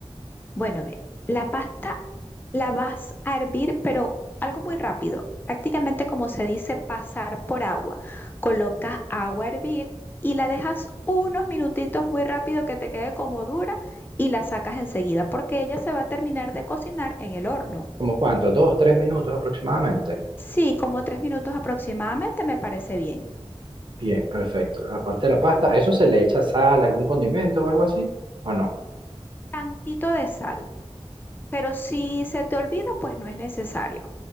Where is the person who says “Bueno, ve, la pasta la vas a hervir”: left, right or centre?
Left